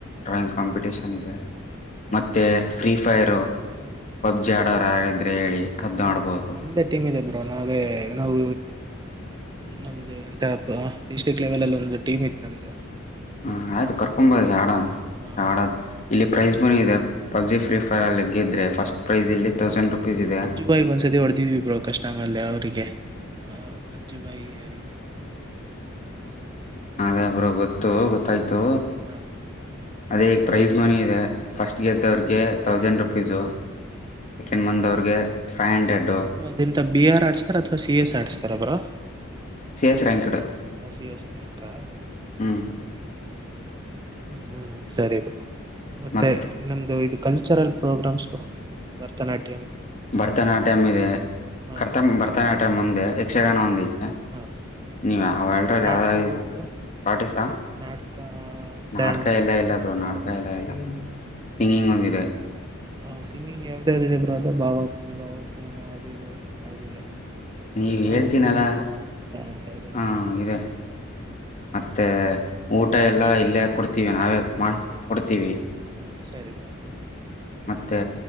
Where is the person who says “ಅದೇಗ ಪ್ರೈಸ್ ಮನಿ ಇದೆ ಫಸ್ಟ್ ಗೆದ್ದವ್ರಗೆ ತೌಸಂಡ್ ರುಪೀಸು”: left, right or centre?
Left